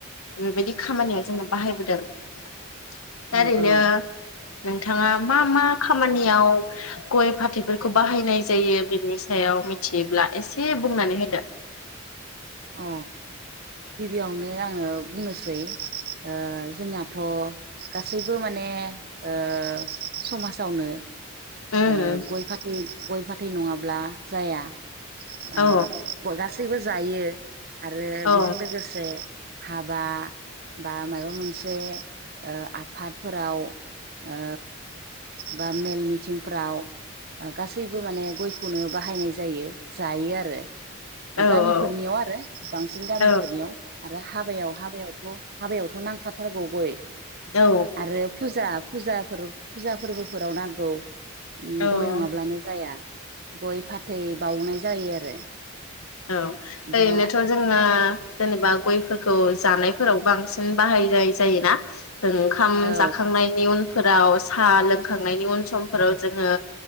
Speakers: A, on the left (about 85°); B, on the right (about 45°).
A: बेबायदि खामानिया जोंना बाहायबोदों दा
B: औ
A: ओरैनो नोंथाङा मा मा खामानियाव गय फाथैफोरखौ बाहायनाय जायो बेनि सायाव मिथियोब्ला एसे बुंनानै होदो
B: अ गिबियावनो आङो बुंनोसै ओ जोंनाथ' गासैबो माने ओ समाजावनो
A: उम
B: ओ गय फाथै गय फाथ थै नङाब्ला जाया ओ
A: औ
B: बगास जेबो जायो आरो
A: औ
B: बेजों लोगोसे हाबा बा माबा मोनसे ओ आफादफोराव ओ बा मेल मिथिं फ्राव गासैबो माने गयखौनो बाहायनाय जायो जायो आरो ओ
A: औ
B: गामिफोरनियाव आरो बांसिन गामिफोरनियाव
A: औ
B: आरो हाबायाव हाबायावथ' हाबायावथ' नांखाथारगौ गय
A: औ
B: आरो फुजा फुजाफोराव फुजा फोरबोफोराव नांगौ ओम
A: औ
B: गय नङाब्लानो जाया गय फाथै बाउनाय जायो आरो
A: औ ओरैनोथ'
B: दा
A: जोंओ जेनेबा गयफोरखौ जानायफोराव बांसिन बाहाय जाय जायोना जों ओंखाम
B: औ
A: जाखांनायनि उन फोराव साहा लोंखांनायनि उन समफोराव जोङो